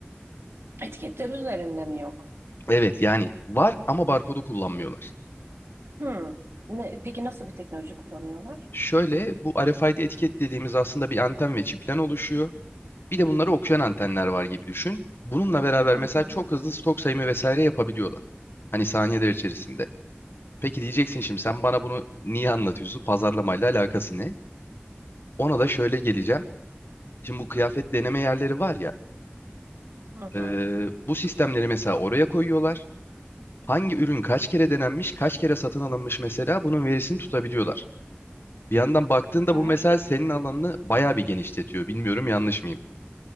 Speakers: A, on the right (about 75°); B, on the left (about 65°).
A: Etiketler üzerinde mi yok?
B: Evet yani var ama barkodu kullanmıyorlar.
A: Hı. Ne, peki nasıl bir teknoloji kullanıyorlar?
B: Şöyle bu RFID etiket dediğimiz aslında bir anten ve çipten oluşuyor. Bir de bunları okuyan antenler var gibi düşün. Bununla beraber
A: Hı
B: mesela
A: hı.
B: çok hızlı stok sayımı vesaire yapabiliyorlar. Hani saniyeler içerisinde. Peki diyeceksin şimdi sen bana bunu niye anlatıyorsun? Pazarlamayla alakası ne? Ona da şöyle geleceğim. Şimdi bu kıyafet deneme yerleri var ya.
A: Hı hı.
B: e, bu sistemleri mesela oraya koyuyorlar. Hangi ürün kaç kere denenmiş, kaç kere satın alınmış mesela bunun verisini tutabiliyorlar. Bir yandan baktığında
A: Süper.
B: bu mesela senin alanını bayağı bir genişletiyor. Bilmiyorum yanlış mıyım?